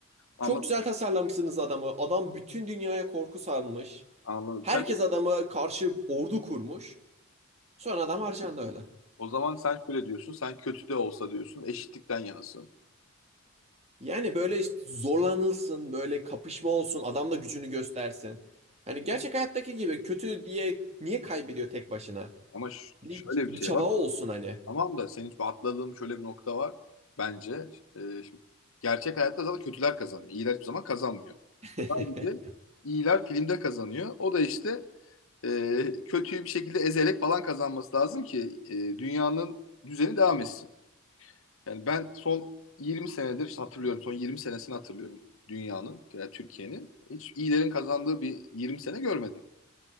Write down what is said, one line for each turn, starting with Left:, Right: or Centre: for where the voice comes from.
Left: Anladım.
Right: Çok güzel tasarlamışsınız adamı. Adam bütün dünyaya korku salmış.
Left: Anladım.
Right: Herkes
Left: Sen
Right: adama karşı ordu kurmuş. Sonra adam harcandı öyle.
Left: o zaman sen şöyle diyorsun. Sen kötü de olsa diyorsun. Eşitlikten yanasın.
Right: Yani böyle işte zorlanılsın, böyle kapışma olsun, adam da gücünü göstersin. Hani gerçek hayattaki gibi kötü diye niye kaybediyor tek başına?
Left: Ama ş-
Right: Bir,
Left: şöyle bir
Right: bir
Left: şey
Right: çaba
Left: var.
Right: olsun hani.
Left: Tamam da senin şu atladığın şöyle bir nokta var bence. E, şimdi gerçek hayatta zaten kötüler kazanıyor. İyiler hiçbir zaman kazanmıyor.
Right: <laughs>
Left: Sadece iyiler filmde kazanıyor. O da işte e, kötüyü bir şekilde ezerek falan kazanması lazım ki e, dünyanın düzeni devam etsin. Yani ben son 20 senedir işte hatırlıyorum. Son 20 senesini hatırlıyorum dünyanın, yani Türkiye'nin. Hiç iyilerin kazandığı bir 20 sene görmedim.